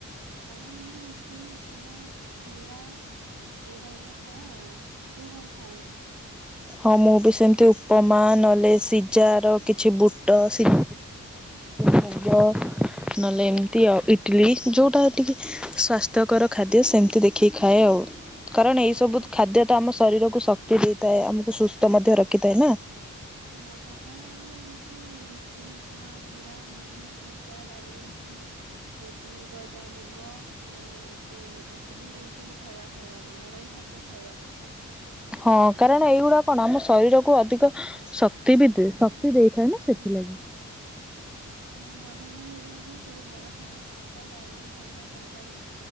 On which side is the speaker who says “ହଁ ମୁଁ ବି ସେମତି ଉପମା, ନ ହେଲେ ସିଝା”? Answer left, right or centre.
Centre